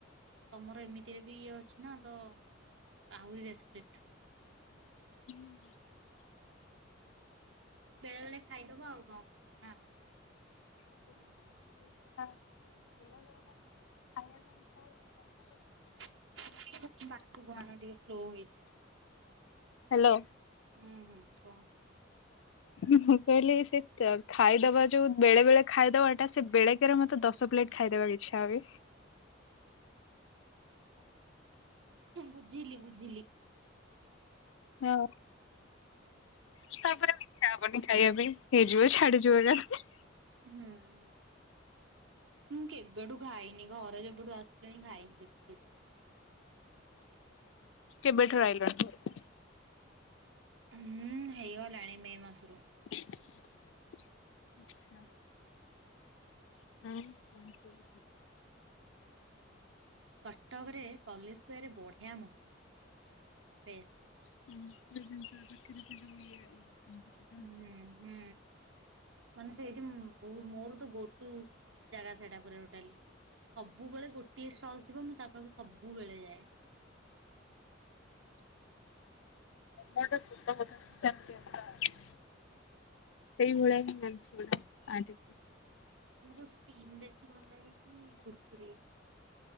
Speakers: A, on the right (about 70°); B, on the left (about 75°).
A: ତମର ଏମିତିରେ ବି ଇଏ ଅଛି। ତ ଆହୁରି ରେସେପେଟ
B: <inaudible>
A: ବେଳେ ବେଳେ ଖାଇଦବ। ଆଉ କଣ କରିବ? ନା।
B: <inaudible>
A: ପାଖକୁ ଆଣ ଟିକେ ସ୍ଲୋ ହେଇଯାଉଛି।
B: ହ୍ୟାଲୋ।
A: ହୁଁ ହୁଁ କୁହ।
B: ମୁଁ କହିଲି ସେ ଖାଇଦବା ଯୋଉ ବେଳେ ବେଳେ ଖାଇଦବାଟା ସେ ବେଳେକେରେ ମତେ ଦଶ ପ୍ଲେଟ ଖାଇଦବାକୁ ଇଚ୍ଛା ହୁଏ।
A: ବୁଝିଲି ବୁଝିଲି।
B: ହଁ। ତାପରେ ଆଉ ଇଚ୍ଛା ହବନି ଖାଇବା ପାଇଁ। ହେଇଯିବ ଛାଡିଯିବଯାହା।
A: ହୁଁ। ମୁଁ କେବେଠୁ ଖାଇନି ଘରେ ଯେବେଠୁ ଆସିଲିଣି ଖାଇନି ବିଲକୁଲ।
B: କେବେଠାରୁ ଆଇଲଣି? ଘରକୁ?
A: ହୁଁ ହେଇଗଲାଣି ମେ ମାସରୁ।
B: <inaudible> ହୁଁ।
A: କଟକରେ କଲେଜ ସ୍କୋୟାରରେ ବଢ଼ିଆ ମୋମୋ। ବେଷ୍ଟ।
B: <inaudible>
A: ହୁଁ ହୁଁ। ମାନେ ସେଇଠି ମୋର ତ ଗୋଟୁ ଜାଗା ସେଇଟା ପରା ଟୋଟଲି। ସବୁବେଳେ ଗୋଟିଏ ଷ୍ଟଲ ଥିବ। ମୁଁ ତା ପାଖକୁ ସବୁବେଳେ ଯାଏ। <inaudible>
B: ମୋମୋଟା <unintelligible> ସେଇଭଳିଆ ହିଁ <unintelligible>
A: ତମକୁ ଷ୍ଟିମ୍ ବେଶୀ ଭଲ ଲାଗେକି କୁର୍କୁରେ?